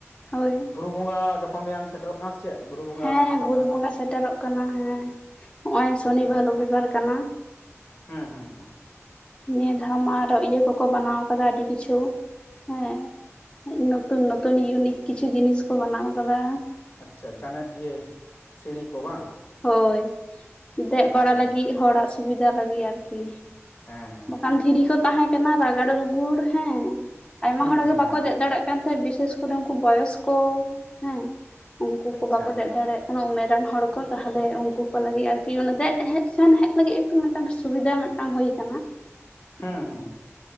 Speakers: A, on the left; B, on the left.
A: ᱦᱳᱭ
B: ᱵᱩᱨᱩ <inaudible> ᱵᱚᱸᱜᱟ ᱜᱟᱯᱟ ᱢᱮᱭᱟᱝ ᱥᱮᱴᱮᱨᱚᱜ ᱠᱟᱱᱟ ᱥᱮ ᱪᱮᱫ? ᱵᱩᱨᱩ ᱵᱚᱸᱜᱟ
A: ᱦᱮᱸ
B: ᱢᱤᱫᱴᱟᱝ
A: ᱵᱩᱨᱩ ᱵᱚᱸᱜᱟ ᱥᱮᱴᱮᱨᱚᱜ ᱠᱟᱱᱟ ᱦᱮᱸ, ᱦᱚᱸᱜᱼᱚᱭ ᱥᱚᱱᱤᱵᱟᱨ
B: ᱟᱪᱪᱷᱟ
A: ᱨᱚᱵᱤᱵᱟᱨ ᱠᱟᱱᱟ᱾
B: ᱦᱮᱸ ᱦᱮᱸ ᱦᱮᱸ᱾
A: ᱱᱤᱭᱟᱹ ᱫᱷᱟᱣ ᱢᱟ ᱟᱨᱚ ᱤᱭᱟᱹ ᱠᱚᱠᱚ ᱵᱟᱱᱟᱣᱟ ᱠᱟᱫᱟ ᱟᱹᱰᱤ ᱠᱤᱪᱷᱩ ᱦᱮᱸ᱾ ᱱᱚᱛᱩᱱ, ᱱᱚᱛᱩᱱ ᱤᱭᱩᱱᱤᱠ ᱠᱤᱪᱷᱩ ᱡᱤᱱᱤᱥ ᱠᱚ ᱵᱟᱱᱟᱣ ᱟᱠᱟᱫᱟ᱾
B: ᱟᱪᱪᱷᱟ ᱡᱟᱱᱮ ᱦᱟᱱᱮ, ᱤᱭᱟᱹ ᱥᱤᱲᱤ ᱠᱚ ᱵᱟᱝ?
A: ᱦᱚᱭ, ᱫᱮᱜ
B: ᱟᱪᱪᱷᱟ
A: ᱵᱟᱲᱟ ᱞᱟᱹᱜᱤᱫ ᱦᱚᱲᱟᱜ ᱥᱩᱵᱤᱫᱟ ᱞᱟᱹᱜᱤᱫ ᱟᱨᱠᱤ᱾
B: ᱦᱮᱸ ᱦᱮᱸ
A: ᱵᱟᱠᱷᱟᱱ
B: ᱦᱮᱸ᱾
A: ᱫᱷᱤᱨᱤ ᱠᱚ ᱛᱟᱦᱮᱸ ᱠᱟᱱᱟ ᱨᱟᱜᱟᱲ ᱨᱩᱜᱩᱲ ᱦᱮᱸ, ᱟᱭᱢᱟ
B: ᱦᱮᱸ
A: ᱦᱚᱲ ᱜᱮ
B: ᱦᱮᱸ
A: ᱵᱟᱠᱚ
B: ᱦᱮᱸ
A: ᱫᱮᱜ ᱫᱟᱲᱮᱭᱟᱜ ᱠᱟᱱ ᱛᱟᱦᱮᱸᱜ ᱵᱤᱥᱮᱥ ᱠᱩᱨᱤ <unintelligible> ᱨᱮ ᱩᱱᱠᱩ ᱵᱚᱭᱚᱥᱠᱚ ᱦᱮᱸ ᱩᱱᱠᱩ
B: ᱟᱪᱪᱷᱟ
A: ᱠᱚ ᱵᱟᱠᱚ ᱫᱮᱡ ᱫᱟᱲᱮᱭᱟᱜ ᱠᱟᱱᱟ ᱩᱢᱮᱨᱟᱱ ᱦᱚᱲ ᱠᱚ ᱛᱟᱦᱞᱮ ᱩᱱᱠᱩ ᱠᱚ ᱞᱟᱹᱜᱤᱫ ᱟᱨᱠᱤ ᱚᱱᱟ ᱫᱮᱡ ᱦᱮᱡ, ᱥᱮᱱ ᱦᱮᱡ ᱞᱟᱹᱜᱤᱫ ᱮᱠᱴᱩ ᱢᱤᱫᱴᱟᱝ ᱥᱩᱵᱤᱫᱟ ᱢᱤᱫᱴᱟᱝ ᱦᱩᱭ ᱟᱠᱟᱱᱟ᱾ <inaudible>
B: ᱦᱩᱸ ᱦᱩᱸ,